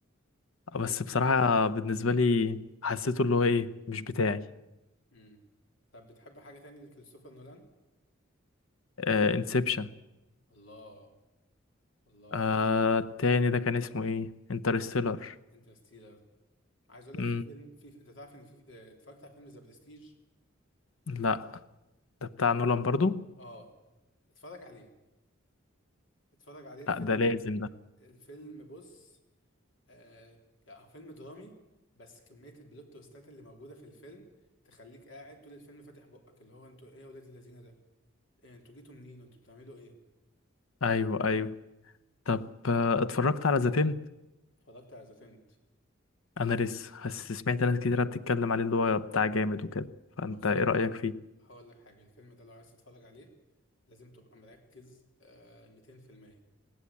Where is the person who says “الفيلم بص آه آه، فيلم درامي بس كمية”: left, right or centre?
Left